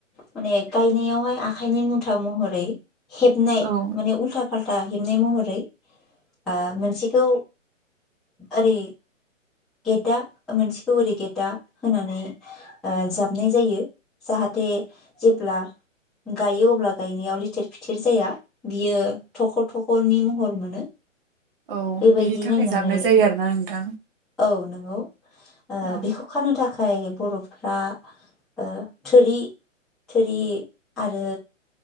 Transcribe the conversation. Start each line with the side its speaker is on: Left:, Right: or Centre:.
Centre: माने गायनायावहाय आखाइनि मुथा महरै हेबनाय
Right: औ
Centre: माने उल्था दा हेबनाय महरै आ मोनसेखौ ओरै गेद्दा मोनसेखौ ओरै गेद्दा होनानै जाबनाय जायो जाहाथे जेब्ला गायो अब्ला गायनायाव लिथेर फिथेर जाया। बियो थख' थख'नि महर मोनो
Right: औ
Centre: बेबायदि
Right: बेनि थाखाय
Centre: नायनानै
Right: जाबनाय जायो आरोना नोंथां
Centre: औ नोंगौ आ
Right: औ
Centre: बेखौ खानो थाख खाय बर'फ्रा ओ थोरि थोरि आरो